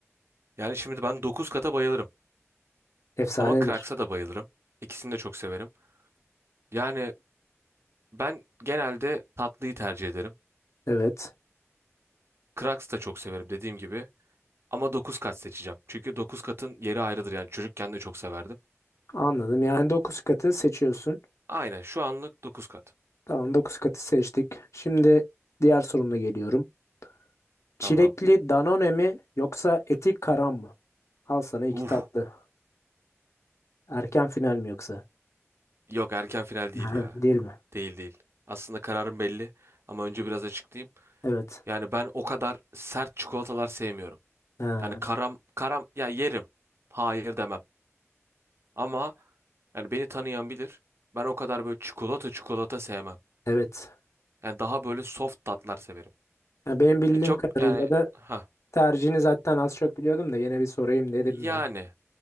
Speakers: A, on the right; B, on the left.
A: Yani şimdi ben 9 kata bayılırım.
B: Efsanedir.
A: Ama Cracks'a da bayılırım. İkisini de çok severim. Yani ben genelde tatlıyı tercih ederim.
B: Evet.
A: Cracks da çok severim dediğim gibi. Ama 9 kat seçeceğim. Çünkü 9 katın yeri ayrıdır yani. Çocukken de çok severdim.
B: Anladım. Yani 9 katı seçiyorsun.
A: Aynen şu anlık 9 kat.
B: Tamam dokuz katı seçtik. Şimdi diğer sorumla geliyorum. Çilekli
A: Tamam.
B: Danone mi yoksa eti karam mı? Al sana iki
A: Uf.
B: tatlı. Erken final mi yoksa?
A: Yok erken final değil
B: <laughs>
A: ya.
B: Değil mi?
A: Değil değil. Aslında kararım belli ama önce biraz açıklayayım.
B: Evet.
A: Yani ben o kadar sert çikolatalar sevmiyorum.
B: Ha,
A: Yani karam karam ya yerim. Hayır demem. Ama yani beni tanıyan bilir. Ben o kadar böyle çikolata çikolata sevmem.
B: evet.
A: Yani daha böyle soft tatlar severim.
B: Ya benim bildiğim
A: Yani çok
B: kadarıyla
A: yani
B: da
A: ha
B: tercihini zaten az çok biliyordum da yine bir sorayım dedim
A: yani
B: ben.